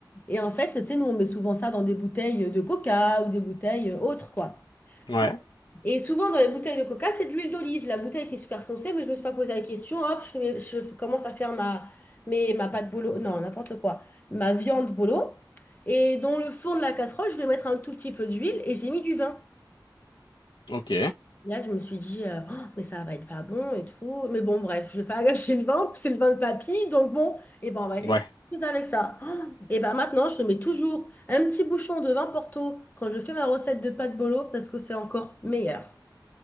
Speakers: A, on the left; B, on the left.
A: Et en fait, tu sais, nous, on met souvent ça dans des bouteilles de coca ou des bouteilles euh, autres, quoi.
B: Ouais.
A: Bon. Et souvent, dans les bouteilles de coca, c'est de l'huile d'olive. La bouteille était super foncée, mais je ne me suis pas posé la question. Hop, je, fais mes- je commence à faire ma, mes- ma pâte bolo, non, n'importe quoi, ma viande bolo. Et dans le fond de la casserole, je vais mettre un tout petit peu d'huile et j'ai mis du vin.
B: Ok.
A: Là, je me suis dit, euh, Oh, mais ça va être pas bon et tout. Mais bon, bref, je vais pas <laughs> gâcher le vin, c'est le vin de papy. Donc bon, et ben, on va essayer
B: Ouais.
A: de faire quelque chose avec ça. <gasps> Oh, et ben maintenant, je mets toujours un petit bouchon de vin Porto quand je fais ma recette de pâte bolo parce que c'est encore meilleur.